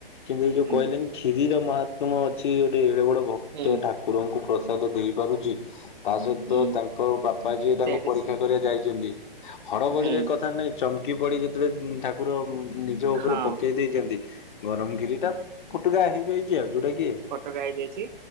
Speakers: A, on the left; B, on the right.
A: କିନ୍ତୁ ଏଇ ଯୋଉ
B: ହୁଁ
A: କହିଲେନି କ୍ଷୀରି ର ମହାତ୍ମ ଅଛି ଗୋଟେ ଏଡେ ବଡ ଭକ୍ତ
B: ହୁଁ
A: ଠାକୁରଙ୍କୁ ପ୍ରସାଦ ଦେଇପାରୁଚି। ତା ସହିତ
B: ହୁଁ
A: ତାଙ୍କ ବାପା ଯିଏ ତାଙ୍କୁ
B: ସେଇଠି
A: ପରୀକ୍ଷା କରିବା ଯାଇଚନ୍ତି ହଡ ବଡିରେ
B: ହୁଁ
A: କଥା ନାଇଁ ଚମକି ପଡି ଯେତେବେଳେ ଉଁ ଠାକୁର ନିଜ ଉପରେ
B: ହଁ
A: ପକେଇ ଦେଇଚନ୍ତି। ଗରମ କ୍ଷୀରି ଟା ଫୁଟକା ହେଇଯାଇଚି ଆଉ। ଯୋଉଟା କି
B: ଫୋଟକା ହେଇଯାଇଚି।